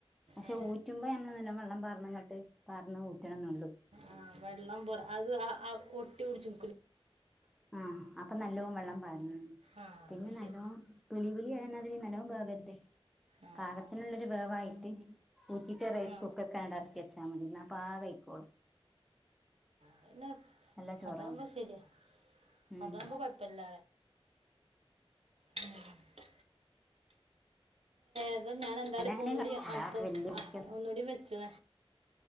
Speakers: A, in the centre; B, on the right (about 80°).
A: പക്ഷെ
B: ഏ
A: ഊറ്റുമ്പോ <unintelligible> നല്ല വെള്ളം പറഞ്ഞങ്ങട്ട് പറഞ്ഞ ഊറ്റണം എന്നള്ളു
B: ആഹ വെള്ളം പോരാ അത് <unintelligible> ഒട്ടി കുടിച്ചു
A: ആഹ് അപ്പൊ നല്ലോ വെള്ളം <unintelligible>
B: ആ
A: പിന്നെ
B: അത് ശരി
A: നല്ലോ പിളിപളിയ <unintelligible> വേവരുത്
B: ആ
A: പാകത്തിനുള്ളരു
B: ആ
A: വേവായിട്ട് ഊറ്റിട്ട് റൈസ്
B: ആ
A: കുക്കർക്ക് അങ്ങട് ഇറക്കി വച്ചാൽ മതി എന്നാൽ പാകഴക്കോളും
B: <unintelligible>
A: നല്ല ചോറാവും
B: അതാംപശരിയാ
A: ഉം
B: അതാംപൊ കൊഴപ്പില്ല <unintelligible> അതെ ഞാൻ എന്താണ്
A: ഞാനങ്ങനെ
B: ഇപ്പ ഒന്നൂടി അടുപ്പ
A: വല്യ
B: ആ
A: കുക്കർ
B: ഒന്നൂടി വെച്ചത